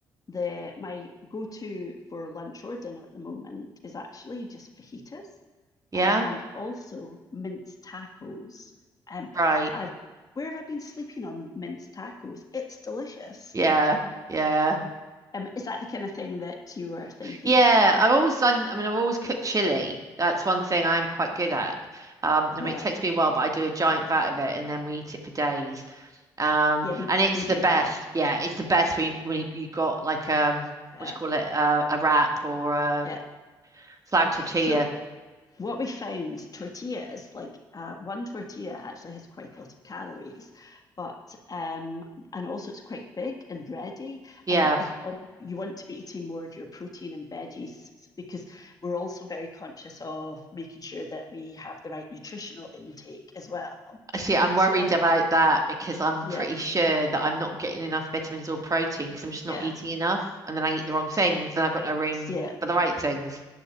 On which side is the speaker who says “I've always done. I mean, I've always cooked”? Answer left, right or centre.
Right